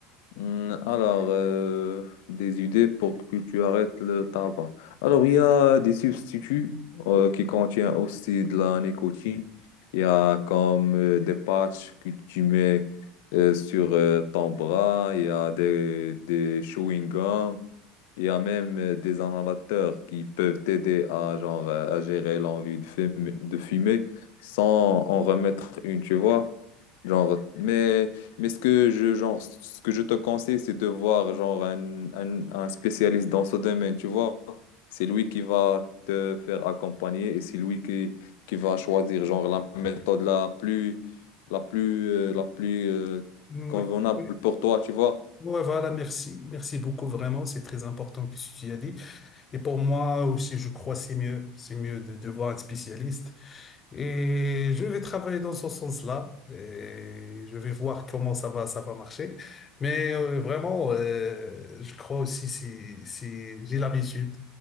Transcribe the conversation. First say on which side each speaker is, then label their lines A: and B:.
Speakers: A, on the left; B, on the left.
A: Hmm, Alors, euh, des idées pour que tu arrêtes le tabac. Alors, il y a des substituts euh, qui contiennent aussi de la nicotine. Il y a comme euh, des patchs que tu mets euh, sur euh, ton bras. Il y a des, des chewing-gums. Il y a même euh, des inhalateurs qui peuvent t'aider à, genre, euh, à gérer l'envie de fumer, de fumer sans en remettre une, tu vois. Genre, mais, mais ce que je, genre, ce que je te conseille, c'est de voir genre un, un, un spécialiste dans ce domaine, tu vois. C'est lui qui va te faire accompagner et c'est lui qui, qui va choisir genre la méthode la plus, la plus, euh, la plus euh,
B: Oui,
A: convenable
B: oui.
A: pour toi, tu vois.
B: Ouais, voilà, merci. Merci beaucoup, vraiment. C'est très important que ce que tu as dit. Et pour moi aussi, je crois que c'est mieux. C'est mieux de, de voir un spécialiste. Et je vais travailler dans ce sens-là. Et je vais voir comment ça va, ça va marcher. Mais euh, vraiment, euh, je crois aussi, c'est, c'est, j'ai l'habitude.